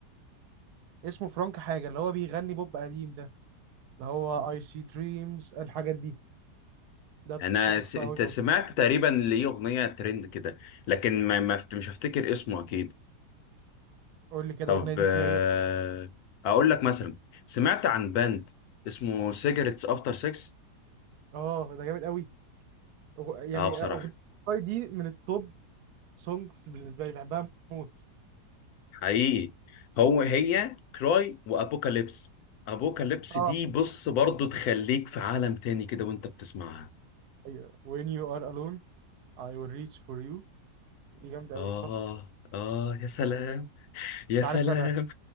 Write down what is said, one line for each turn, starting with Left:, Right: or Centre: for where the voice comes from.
Right: اسمه فرانك حاجه اللي هو بيغني بوب قديم ده اللي هو اي سي دريمز الحاجات دي ده
Left: أنا
Right: تحفه
Left: س... أنت
Right: قوي برضو
Left: سمعت تقريبا ليه أغنية ترند كده لكن ما... ما... فت- مش هفتكر اسمه أكيد
Right: قول لي كده
Left: طب
Right: الاغنيه دي
Left: آه،
Right: فيها ايه
Left: اقول لك مثلا سمعت عن باند اسمه سيجرتس افتر 6
Right: اه ده جامد قوي أغ- يعني
Left: اه بصراحه
Right: اغنيه Why دي من التوب سونجز بالنسبه لي بحبها موت
Left: حقيقي هو هي كراي وابوكاليبس ابوكاليبس
Right: اه
Left: دي بص برضو تخليك في عالم تاني كده وانت بتسمعها
Right: ايوه when you are alone I will reach for you دي جامده قوي
Left: اه
Right: تحفه
Left: اه يا سلام يا
Right: انت
Left: سلام
Right: عارف انا